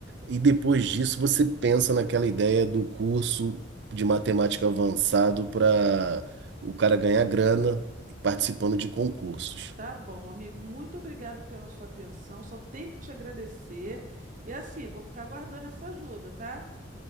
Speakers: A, on the right; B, on the right.
A: E depois disso você pensa naquela ideia do curso de matemática avançado para o cara ganhar grana participando de concursos.
B: Tá bom, amigo. Muito obrigado pela sua atenção. Só tenho que te agradecer. E assim, vou ficar aguardando essa ajuda, tá?